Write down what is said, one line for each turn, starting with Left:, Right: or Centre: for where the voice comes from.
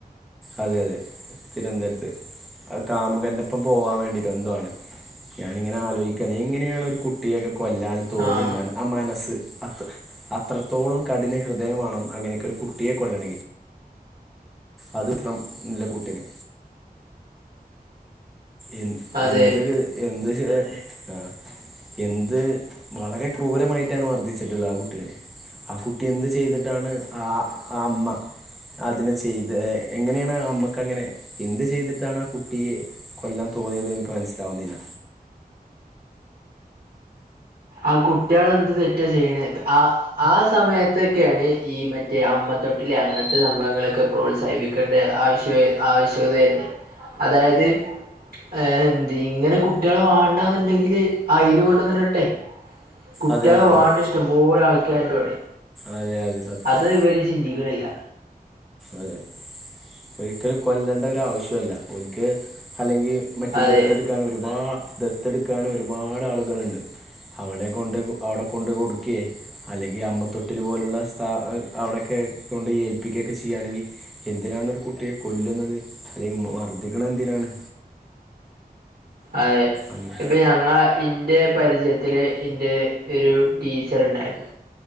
Centre: അതെ അതെ തിരുവൻന്തരത്ത് ആ കാമുകൻന്റെപ്പം പോവാൻ വേണ്ടിട്ടെന്തോ ആണ് ഞാനിങ്ങനെ ആലോയ്ക്കാണ് എങ്ങനെയാണ് ഒരു കുട്ടിയെക്കെ കൊല്ലാൻ തോന്നിയ
Right: ആഹ്
Centre: മന ആമനസ്സ് അത് അത്രത്തോളം കഠിന ഹൃദയംമാണ് അങ്ങനൊക്കൊര് കുട്ടിയെ കൊല്ലണെങ്കിൽ അത്ഫ്രം നല്ലെ കുട്ടീനെ എൻ
Right: അതെ
Centre: എന്ത് എഹ് എന്ത് ചെ ആഹ് എന്ത് വളരെ ക്രൂരമായിട്ടാണ് മർദ്ധിച്ച്ട്ട്ള്ളത് ആകുട്ടിനെ ആകുട്ടി എന്ത് ചെയ്തിട്ടാണ് ആഹ് ആഅമ്മ അതിനെ ചെയ്തെ എഹ് എങ്ങനെയാണ് അമ്മക്കങ്ങനെ എന്ത് ചെയ്തിട്ടാണ് ആകുട്ടിയെ കൊല്ലാൻ തോന്നിയത് എന്ക്ക് മനസ്സിലാവുന്നില്ല
Right: ആകുട്ട്യാള് എന്ത് തെറ്റാ ചെയ്യണെ ത് ആഹ് ആസമയത്തൊക്കെയാണ് ഈ ഈ മ ഈ അമ്മതൊട്ടില് അങ്ങ്നത്തെ സംഭവങ്ങളക്കെ പ്രോത്സാഹിപ്പിക്കേണ്ട ആവശ്യേ ആവശ്യകതയെ അതായത് ഏഹ് ന്ത്ങ്ങനെ കുട്ടികളെ വാണ്ടാന്നുണ്ടെങ്കില് അയില് കൊണ്ടന്ന്ടട്ടെ കുട്ടികളെ
Centre: അതെ അതെ
Right: വ്വാണ്ട
Centre: അതെ
Right: ഇഷ്ടംപോലെ ആൾക്കാര്ണ്ട്വ്ടെ
Centre: അതെ അതെ സത്യം
Right: അത് ഇവര് ചിന്തിക്കണില്ല
Centre: അതെ ഒര്ക്ക് കൊല്ലേണ്ട ഒര് ആവശ്യോല്ല ഒൽക്ക് അല്ലെങ്കി മറ്റ്
Right: അതെ
Centre: ദത്തെട്ക്ക ക്കാൻ ഒരുപാ ദത്തെട്ക്കാനും ഒരുപാട് ആള്കള്ണ്ട് അവടെകൊണ്ട് ക് അവിടെകൊണ്ട് കൊടുക്ക്യെ അല്ലെങ്കി അമ്മത്തൊട്ടില് പോലുള്ള സ്ഥ എഹ് അവിടെക്കെ കൊണ്ടോയ് ഏൽപ്പിക്കൊക്കെ ചെയാണെങ്കി എന്തിനാണ് ഒര് കുട്ടിയെ കൊല്ലുന്നത് അല്ലെങ്കി മ് മർദ്ദിക്കണ എന്തിനാണ്
Right: അതെ
Centre: അങ്ങ്
Right: ഇപ്പം ഞങ്ങളെ ഇന്റെ പരിചയത്തിലെ ഇന്റെ ഒര് ടീച്ചർണ്ടാര്ന്ന്